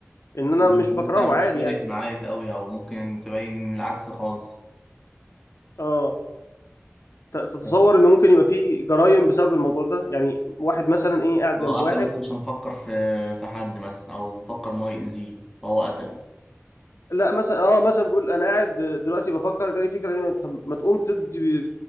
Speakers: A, on the left; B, in the centre.
A: إن أنا
B: انت
A: مش بكرهه
B: مش
A: عادي
B: فارق
A: يعني
B: معاك قوي او ممكن تبين العكس خالص
A: أه ت- تتصور
B: بس
A: إنه ممكن يبقى فيه جرائم بسبب الموضوع ده يعني واحد مثلا إيه قاعد جنب
B: هو قتل
A: واحد
B: واحد عشان فكر في في حد مثلا او فكر ان هو يأذيه فهو قتله
A: لا مثلا اه مثلا بيقول انا قاعد دلوقتي بفكر جالي فكره إن- طب ما تقوم تدي